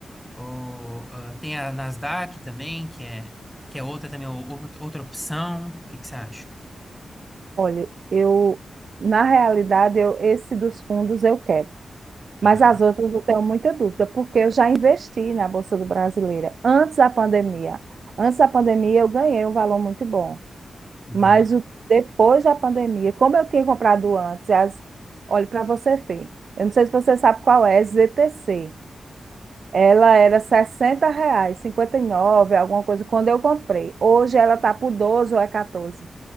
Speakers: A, in the centre; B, on the right (about 60°).
A: Ou, ah, tem a Nasdaq também, que é que é outra também, ou- ou- outra opção. O que que você acha?
B: Olha, eu, na realidade, eu, esse dos fundos eu quero. Mas
A: Aham,
B: as outras eu tenho muita dúvida, porque eu já investi na Bolsa do Brasileira antes da pandemia. Antes da pandemia eu ganhei um valor muito bom.
A: uhum,
B: Mas o, depois da pandemia, como eu tinha comprado antes, as, olha, para você ver, eu não sei se você sabe qual é, ZTC. Ela era 60 reais, 59 alguma coisa, quando eu comprei. Hoje ela tá por 12 ou é 14.